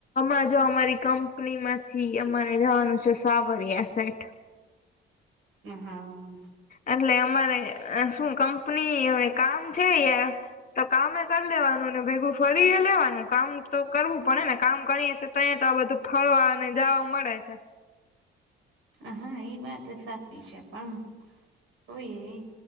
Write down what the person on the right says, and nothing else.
હ હા.
હ હા એ વાત સાચી છે પણ કોય એ